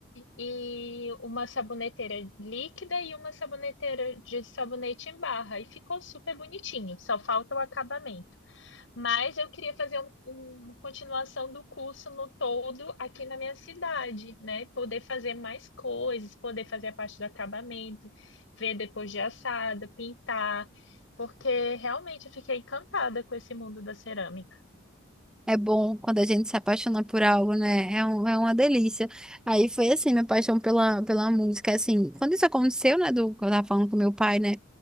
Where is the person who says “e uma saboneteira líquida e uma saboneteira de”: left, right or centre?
Left